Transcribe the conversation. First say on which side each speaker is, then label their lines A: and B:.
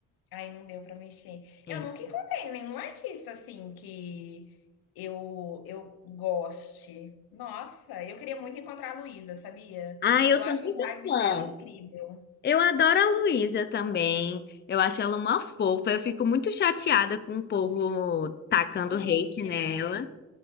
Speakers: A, on the left; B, on the left.
A: Aí não deu pra mexer.
B: É.
A: Eu nunca encontrei nenhum artista assim que eu eu goste. Nossa, eu queria muito encontrar a Luísa, sabia?
B: Ah, eu
A: Eu
B: sou
A: acho
B: muito
A: a vibe
B: fã.
A: dela incrível.
B: Eu adoro a Luísa também. Eu acho ela uma fofa. Eu fico muito chateada com o povo tacando
A: O
B: hate
A: hate,
B: nela.
A: né?